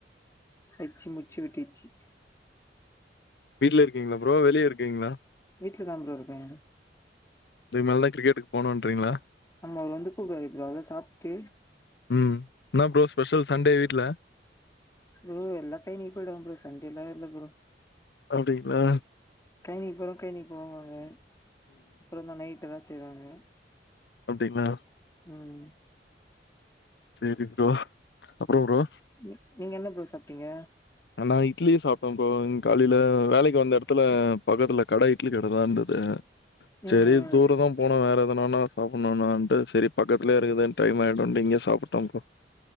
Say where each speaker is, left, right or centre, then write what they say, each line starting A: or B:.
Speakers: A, on the left (about 15°); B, on the left (about 65°).
A: வெச்சி முடிச்சு விட்டிச்சி <inaudible>
B: வீட்லருக்கீங்ளா ப்ரோ வெளிய இருக்கீங்ளா
A: வீட்ல தா ப்ரோ இருக்கே
B: இதுக்கு மேலதா கிரிக்கெட்டுக்கு போனோன்றீங்ளா
A: ஆமா அவரு வந்து கூப்டுவாரு ப்ரோ அதா சாப்ட்டு
B: ம் என்ன ப்ரோ ஸ்பெஷல் சண்டே வீட்ல
A: ஓ எல்லா கை நீ படூ ப்ரோ சண்டேல்லா இல்ல கப்ரோ
B: அப்டின்னா
A: கைனி போறோ கைனி போவாங்க அப்றோந்தா நைட்டு தா செய்வாங்க <inaudible>
B: அப்டிங்ளா
A: ம்
B: சரி ப்ரோ அப்றோ ப்ரோ
A: நீ நீங்க என்ன ப்ரோ சாப்பிட்டீங்க
B: ஆ நா இட்லிய சாப்ட்டே ப்ரோ காலில வேலைக்கு வந்தெடத்துல பக்கத்துல கட இட்லி கடதா இருந்துது
A: ம்
B: செரி
A: ம்
B: தூர தா போனோ வேறெத் தனனா சாப்டணுனான்ட்டு சரி பக்கத்துலயே இருக்குதுன்னு டைம் ஆயிடூன்ட்டு இங்கயே சாப்ட்டே ப்ரோ